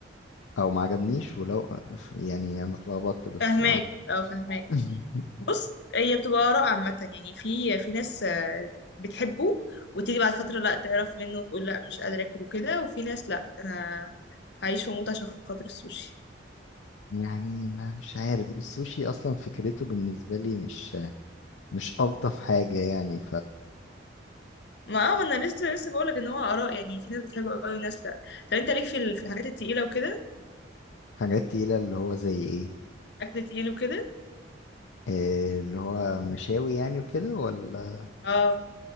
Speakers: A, on the left (about 80°); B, on the left (about 60°).
A: او ما عجبنيش ولو يعني انا اتلخبطت بس
B: فهماك
A: أعت-
B: اه فهماك
A: <laughs>
B: بص هي بتبقى آراء عامة يعني في في ناس آه، بتحبه وتيجي بعد فترة لا تعرف منه وتقول لا مش قادرة اكله كده وفي ناس لا انا هعيش واموت عشان خاطر السوشي
A: يعني ما مش عارف السوشي اصلا فكرته بالنسبه لي مش مش الطف حاجه يعني
B: ما اه ما انا لسه لسه بقولك ان هو آراء يعني في ناس بتحبه قوي وناس لا طب انت ليك في ال- في الحاجات التقيلة وكده
A: فحاجات تقيله اللي هو زي ايه
B: اكل تقيل وكده
A: آه، اللي هو مشاوي يعني وكده ولا
B: اه